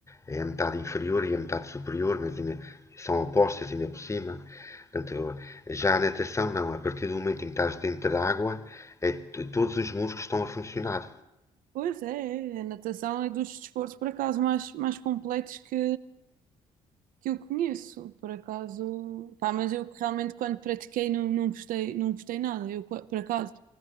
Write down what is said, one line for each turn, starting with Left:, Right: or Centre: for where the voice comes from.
Left: É a metade inferior e a metade superior, mas ainda são opostas ainda por cima. Portanto, já a natação não, a partir do momento em que estás dentro da água, é, t- todos os músculos estão a funcionar.
Right: Pois é, é. a natação é dos desportos, por acaso, mais, mais completos que, que eu conheço. Por acaso. Pá, mas eu realmente, quando pratiquei, não, não gostei, não gostei nada. Eu, qua- por acaso.